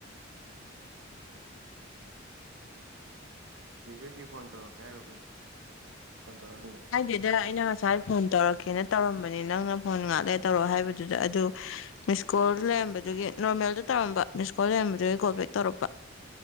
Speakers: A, on the right; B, on the left.
A: ꯌꯦꯁ ꯁꯤ ꯐꯣꯟ ꯇꯧꯔꯛꯀꯦ ꯍꯥꯏꯔꯣ ꯀꯩꯅꯣ ꯐꯣꯟ ꯇꯧꯔꯛꯑꯅꯤꯗꯣ
B: ꯍꯥꯏꯗꯦꯗ ꯑꯩꯅ ꯉꯁꯥꯏ ꯐꯣꯟ ꯇꯧꯔꯛꯀꯦꯅ ꯇꯧꯔꯝꯕꯅꯤ ꯅꯪꯅ ꯐꯣꯟ ꯉꯥꯛꯂꯦ ꯇꯧꯔꯣꯑꯣ ꯍꯥꯏꯕꯗꯨꯗ ꯑꯗꯨ ꯃꯤꯁꯀꯣꯜ ꯂꯩꯔꯝꯕꯗꯨꯒꯤ ꯅꯣꯔꯃꯦꯜꯗ ꯇꯧꯔꯝꯕ ꯃꯤꯁꯀꯣꯜ ꯂꯩꯔꯝꯕꯗꯨꯒꯤ ꯒꯣꯜ ꯕꯦꯛ ꯇꯧꯔꯛꯄ